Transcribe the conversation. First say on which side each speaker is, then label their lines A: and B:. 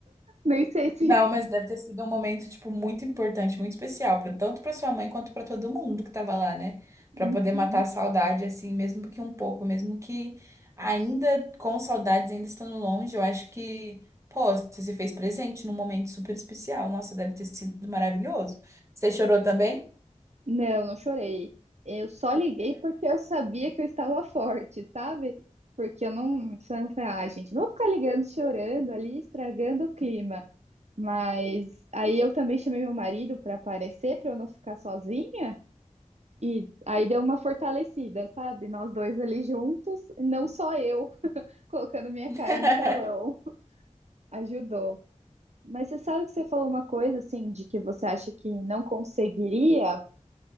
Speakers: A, on the right (about 60°); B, on the right (about 25°).
A: Nem sei se.
B: Não,
A: <laughs>
B: mas deve ter sido um momento, tipo, muito importante, muito especial, pra, tanto para sua mãe quanto para todo mundo que tava lá, né?
A: Uhum.
B: Pra poder matar a saudade, assim, mesmo que um pouco, mesmo que ainda com saudades, ainda estando longe, eu acho que, pô, você se fez presente num momento super especial. Nossa, deve ter sido maravilhoso. Você chorou também?
A: Não, não chorei. Eu só liguei porque eu sabia que eu estava forte, sabe? Porque eu não. Eu falei, ah, gente, não vou ficar ligando, chorando ali, estragando o clima. Mas aí eu também chamei meu marido para aparecer, para eu não ficar sozinha. E aí deu uma fortalecida, sabe? Nós dois ali juntos, não só eu <laughs> colocando minha
B: <laughs>
A: cara no telão, ajudou. Mas você sabe que você falou uma coisa assim, de que você acha que não conseguiria